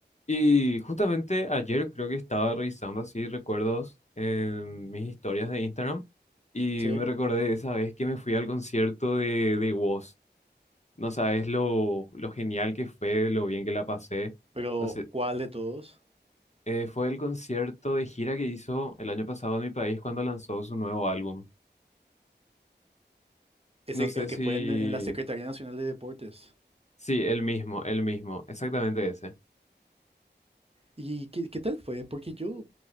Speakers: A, on the left (about 40°); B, on the right (about 35°).
A: Y justamente ayer creo que estaba revisando así recuerdos en mis historias de Instagram y
B: Sí,
A: me recordé de esa vez que me fui al concierto de, de Woz. No sabes lo, lo genial que fue, lo bien que la pasé.
B: pero
A: No sé,
B: ¿cuál de todos?
A: eh, fue el concierto de gira que hizo el año pasado en mi país cuando lanzó su nuevo álbum.
B: Es
A: No
B: el,
A: sé
B: el que
A: si...
B: fue en, en la Secretaría Nacional de Deportes.
A: Sí, el mismo, el mismo, exactamente ese.
B: ¿Y qué, qué tal fue? Porque yo,